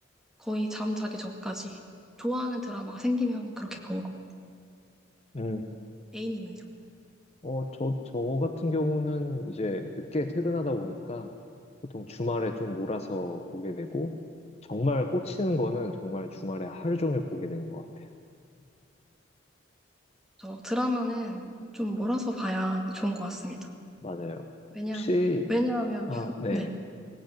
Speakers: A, in the centre; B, on the left (about 35°).
A: 거의 잠 자기 전까지 좋아하는 드라마가 생기면 그렇게 보는 거.
B: 음.
A: A님은요?
B: 어, 저, 저 같은 경우는 이제 늦게 퇴근하다 보니까 보통 주말에 좀 몰아서 보게 되고, 정말 꽂히는 거는 정말 주말에 하루 종일 보게 되는 것 같아요.
A: 저 드라마는 좀 몰아서 봐야 좋은 것 같습니다.
B: 맞아요.
A: 왜냐하면,
B: 혹시,
A: 왜냐하면,
B: 아,
A: <laughs>
B: 네.
A: 네.